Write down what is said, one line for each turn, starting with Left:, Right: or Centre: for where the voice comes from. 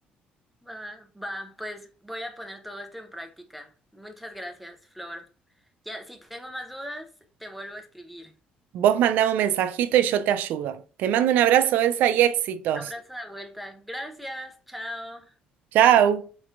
Centre: va, va, pues voy a poner todo esto en práctica. Muchas gracias, Flor. Ya, si tengo más dudas, te vuelvo a escribir.
Right: Vos mandame un mensajito y yo te ayudo. Te mando un abrazo, Elsa, y éxitos.
Centre: Abrazo de vuelta. Gracias, chao.
Right: Chau.